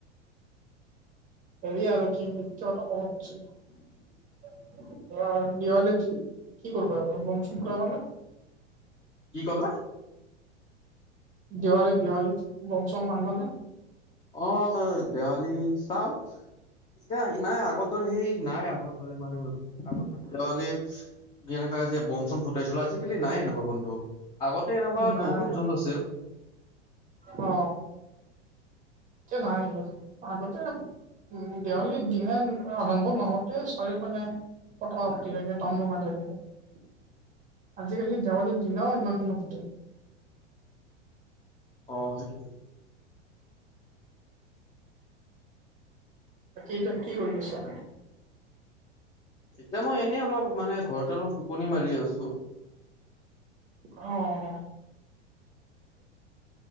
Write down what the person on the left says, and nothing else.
কি কলা
অ দেৱালী চাও এতিয়া নাই আগত ৰে সেই নাই আগৰ দৰে মানে আগতলে এনেুৱা যে বম চম ফুটাইছিলো আজিকালি নাই এনেকুৱা আগতে এনেকুৱা
বহুত যুঁজ আছিল
অ সেইটো
এতিয়া মই এনেই অলপ মানে ঘৰতে অলপ টোপনি মাৰি আছো